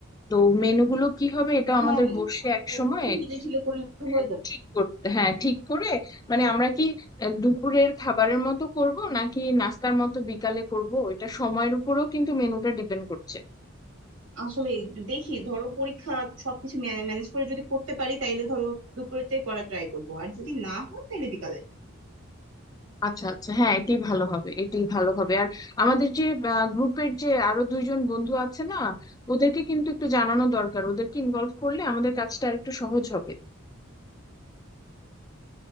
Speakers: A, on the left (about 20°); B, on the right (about 80°).
A: তো মেনুগুলো কি হবে এটা
B: হ্যাঁ
A: আমাদের বসে
B: আসলে
A: এক সময়
B: দুজন মিলে ঝিলে করলে
A: হ্যাঁ,
B: হয়ে যাবে
A: ঠিক করতে হ্যাঁ
B: হুম।
A: ঠিক করে মানে আমরা কি আহ, দুপুরের খাবারের মতো করব নাকি নাস্তার মতো বিকালে করব এটা সময়ের উপরেও কিন্তু মেনুটা ডিপেন্ড করছে
B: আসলে দেখি ধরো পরীক্ষা সবকিছু ম্যানেজ করে যদি করতে পারি তাইলে ধরো দুপুরেরটাই করার ট্রাই করব আর যদি না হয় তাহলে বিকালেরটা
A: আচ্ছা আচ্ছা হ্যাঁ এটাই ভালো হবে এটাই ভালো হবে আর আমাদের যে গ্রুপের যে আরো দুইজন বন্ধু আছে না ওদেরকে কিন্তু একটু জানানো দরকার ওদেরকে ইনভলভ করলে আমাদের কাজটা আরেকটু সহজ হবে